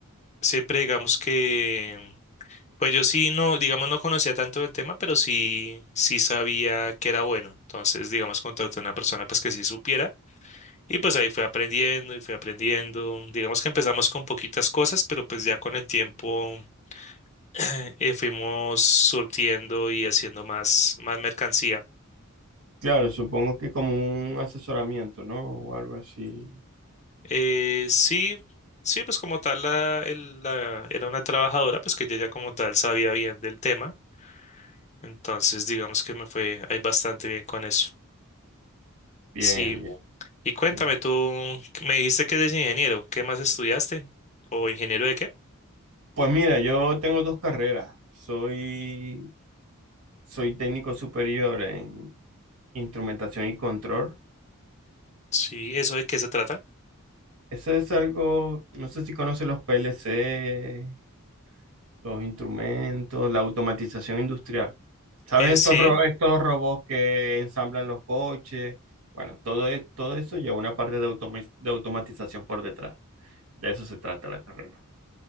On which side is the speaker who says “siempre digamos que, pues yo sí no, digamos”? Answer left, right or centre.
Left